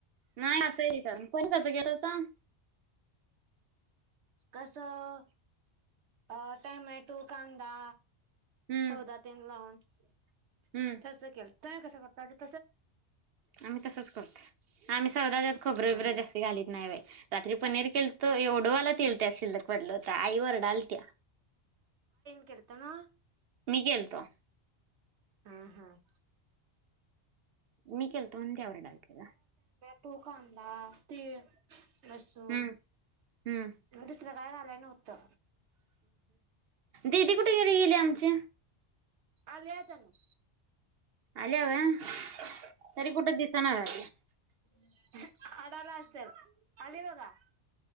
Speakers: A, on the right; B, on the right.
A: नाही असंही घेता. कोण कसं घेत सांग?
B: कसं अ टॅमॅटू, कांदा
A: हम्म
B: सौदातेन लावून. <inaudible>
A: हम्म
B: तसं केलं. काय कसं कर का गं?
A: आम्ही तसंच करतोय. आम्ही सगळ्यात खोबरं-बिबरं
B: हा हा
A: जास्ती घालीत नाही बाई. रात्री पनीर केलतं एवढंबला तेल त्यात शिल्लक पडलं होत आई वर डालत्या.
B: केलंत ना?
A: गेलतो.
B: हं हं.
A: मी केलत म्हणून ते आवरायलाविती गं.
B: तू कांडास. ते लसूण
A: हम्म हम्म.
B: दुसरं काय घालाय नव्हतं.
A: दीदी कुठे घरी गेलीया आमच्या?
B: आलीया तेनम
A: आलीया होय? तरी कुठं दिस सणा झालिया.
B: <inaudible> अडाला असेल. आली बघा.